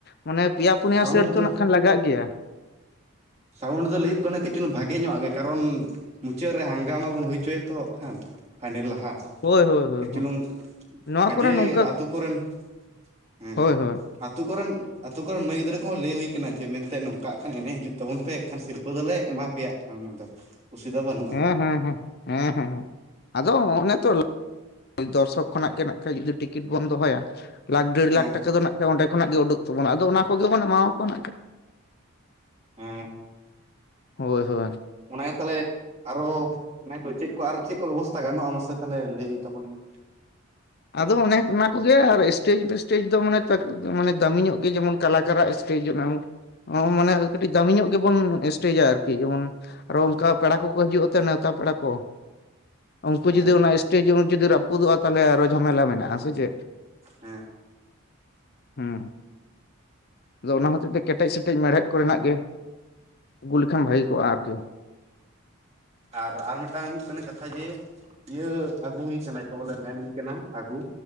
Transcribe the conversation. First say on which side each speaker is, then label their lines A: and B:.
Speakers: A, on the left; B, on the right.
A: ᱢᱟᱱᱮ ᱯᱮᱭᱟ ᱯᱩᱱᱭᱟ
B: ᱥᱟᱣᱩᱱᱰ
A: ᱥᱮᱴ ᱛᱚ
B: ᱫᱚ
A: ᱱᱟᱜ ᱠᱷᱟᱱ ᱞᱟᱜᱟᱜ ᱜᱮᱭᱟ᱾
B: ᱥᱟᱣᱩᱱᱰ ᱫᱚ ᱞᱟᱹᱭ ᱦᱩᱭᱩᱜ ᱠᱟᱱᱟ ᱠᱟᱹᱡ ᱪᱩᱞᱩᱝ ᱵᱷᱟᱜᱮ ᱧᱚᱣᱟᱜ ᱜᱮ ᱠᱟᱨᱚᱱ ᱢᱩᱪᱟᱹᱫ ᱨᱮ ᱦᱟᱝᱜᱟᱢᱟ ᱵᱚᱱ ᱦᱩᱭ ᱪᱚᱭᱟᱛᱚ ᱦᱟᱸᱜ ᱠᱷᱟᱱ ᱾ ᱯᱷᱟᱭᱱᱮᱞ ᱞᱟᱦᱟ᱾
A: ᱦᱳᱭ ᱦᱳᱭ ᱦᱳᱭ
B: ᱠᱟᱹᱡ ᱪᱩᱞᱩᱝ
A: ᱦᱳᱭ ᱱᱚᱣᱟ
B: ᱠᱟᱡᱮ
A: ᱠᱚᱨᱮ ᱱᱚᱝᱠᱟ
B: ᱟᱛᱳ ᱠᱚᱨᱮᱱ ᱦᱩᱸ᱾
A: ᱦᱳᱭ ᱦᱳᱭ
B: ᱟᱹᱛᱩ ᱠᱚᱨᱮᱱ ᱟᱹᱛᱩ ᱠᱚᱨᱮᱱ ᱢᱟᱹᱭ ᱜᱤᱫᱽᱨᱟᱹ ᱠᱚᱦᱚᱸ ᱞᱟᱹᱭ ᱦᱩᱭ ᱠᱟᱱᱟ ᱡᱮ ᱢᱮᱱᱛᱮ ᱱᱚᱝᱠᱟᱜ ᱦᱟᱜ ᱠᱷᱟᱱ ᱮᱱᱮᱡ ᱦᱩᱭᱩᱜ᱾ ᱛᱟᱵᱚᱱ ᱯᱮ ᱮᱠᱷᱟᱱ ᱥᱤᱨᱯᱟᱹ ᱫᱚᱞᱮ ᱮᱢᱟ ᱯᱮᱭᱟ ᱦᱟᱜ ᱠᱷᱟᱱ ᱩᱱ ᱫᱚ᱾᱾ ᱚᱥᱩᱵᱤᱫᱷᱟ ᱵᱟᱹᱱᱩᱜ᱾
A: ᱦᱮᱸ ᱦᱮᱸ ᱦᱸᱮ, ᱦᱮᱸ ᱦᱮᱸ ᱟᱫᱚ ᱚᱱᱮ ᱛᱚ ᱫᱚᱨᱥᱚᱠ ᱠᱷᱚᱱᱟᱜ ᱜᱮ ᱦᱮᱱᱟᱜ ᱠᱷᱟᱡ ᱡᱩᱫᱤ ᱴᱤᱠᱤᱴ ᱵᱚᱱ ᱫᱚᱦᱚᱭᱟ ᱞᱟᱠᱷ ᱰᱮᱲ
B: ᱦᱮᱸ
A: ᱞᱟᱠᱷ ᱴᱟᱠᱟ ᱫᱚ ᱱᱟᱜ ᱠᱷᱟᱡ ᱚᱸᱰᱮ ᱠᱷᱚᱱᱟᱜ ᱜᱮ ᱩᱰᱩᱠ ᱛᱟᱵᱚᱱᱟ ᱟᱫᱚ ᱚᱱᱟ ᱠᱚᱜᱮ ᱵᱚᱱ ᱮᱢᱟᱣ ᱟᱠᱚᱣᱟᱣᱟ ᱱᱟᱜ᱾
B: ᱦᱮᱸ
A: ᱦᱳᱭ ᱥᱮ ᱵᱟᱝ?
B: ᱚᱱᱮᱜᱮ ᱛᱟᱞᱦᱮ ᱟᱨᱚ ᱚᱱᱮ ᱠᱚ ᱪᱮᱫ ᱠᱚ ᱟᱨ ᱪᱮᱫ ᱠᱚ ᱵᱮᱵᱚᱥᱛᱷᱟ ᱜᱟᱱᱚᱜᱼᱟ ᱢᱟᱥᱮ ᱛᱟᱦᱞᱮ ᱞᱟᱹᱭ ᱛᱟᱵᱚᱱ ᱢᱮ᱾
A: ᱟᱫᱚ ᱚᱱᱮ ᱚᱱᱟ ᱠᱚᱜᱮ ᱟᱨ ᱥᱴᱮᱮᱡ-ᱯᱷᱮᱥᱴᱮᱡ ᱫᱚ ᱢᱟᱱᱮ ᱛᱚᱠ ᱢᱟᱱᱮ ᱫᱟᱢᱤ ᱧᱚᱜ ᱜᱮ ᱡᱮᱢᱚᱱ ᱠᱟᱞᱟᱠᱟᱨᱟᱜ ᱥᱴᱮᱡᱟᱱᱮ ᱚᱝ‌ ᱚ ᱢᱟᱱᱮ ᱠᱟᱹᱴᱤᱡ ᱫᱟᱢᱤ ᱧᱚᱜ ᱜᱮᱵᱚᱱ ᱥᱴᱮᱡᱟ ᱟᱨᱠᱤ, ᱡᱮᱢᱚᱱ ᱟᱨᱚ ᱚᱱᱠᱟ
B: ᱦᱮᱸ
A: ᱯᱮᱲᱟ ᱠᱚᱠᱚ ᱦᱤᱡᱩᱜᱼᱟᱛᱚ ᱱᱮᱣᱛᱟ ᱯᱮᱲᱟ ᱠᱚ᱾ ᱩᱱᱠᱩ
B: ᱦᱮᱸ
A: ᱡᱩᱫᱤ ᱚᱱᱟ ᱥᱴᱮᱡ ᱡᱮᱢᱚᱱ ᱡᱩᱫᱤ ᱨᱟᱹᱯᱩᱫᱚᱜᱼᱟ ᱛᱟᱦᱞᱮ ᱟᱨᱚ ᱡᱷᱟᱢᱮᱞᱟ ᱢᱮᱱᱟᱜᱼᱟ ᱥᱮ ᱪᱮᱫ?
B: ᱦᱮᱸ
A: ᱦᱮᱸ, ᱟᱫᱚ ᱚᱱᱟ ᱦᱚᱛᱮᱡ ᱛᱮ ᱠᱮᱴᱮᱡ ᱥᱮᱴᱮᱡ ᱢᱮᱲᱦᱮᱫ ᱠᱚᱨᱮᱱᱟᱜ ᱜᱮ ᱟᱹᱜᱩ ᱞᱮᱠᱷᱟᱱ ᱵᱷᱟᱹᱜᱤ ᱠᱚᱜᱼᱟ ᱟᱨᱠᱤ᱾
B: ᱟᱨ ᱟᱨ ᱢᱤᱫᱴᱟᱝ ᱦᱩᱭᱩᱜ ᱠᱟᱱᱟ ᱠᱟᱛᱷᱟ ᱡᱮ ᱤᱭᱟᱹ ᱟᱹᱜᱩ ᱦᱩᱭ ᱠᱟᱱᱟ ᱡᱟ ᱵᱚᱞᱮ ᱢᱮᱱ ᱟᱦᱩ ᱠᱟᱱᱟ ᱟᱹᱜᱩ